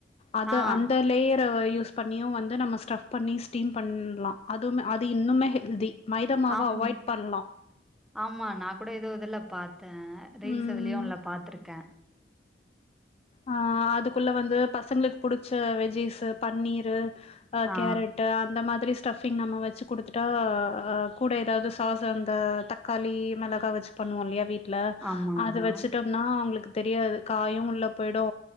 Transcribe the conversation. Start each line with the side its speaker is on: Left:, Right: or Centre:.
Left: அது
Centre: ஆ
Left: அந்த லேயர் யூஸ் பண்ணியு வந்து நம்ம ஸ்டப் பண்ணி ஸ்டீம் பண்ணலா அதுவு அது இன்னுமே ஹெல்தி மைதா மாவ
Centre: ஆம்
Left: அவாய்ட் பண்லா
Centre: ஆமா நா கூட ஏதோ இதுல பார்த்தே ரீல்ஸ்
Left: ம்
Centre: இதுலயோ ஒன்னுல பா்த்திருக்கே
Left: ஆ அதுக்குள்ள வந்து பசங்களுக்கு புடிச்ச வெஜிஸ் பன்னீரு
Centre: ஆ
Left: கேரட் அந்த மாதிரி ஸ்டஃபிங் நம்ம வச்சு கொடுத்துட்டா கூட ஏதாவது சாஸ் அந்த தக்காளி மெளகா வச் பண்ணுவோ இல்லியா வீட்ல
Centre: ஆமா ஆமா
Left: அது வச்சுட்டோம்னா அவுங்களுக்கு தெரியாது காயு உள்ள போயிடு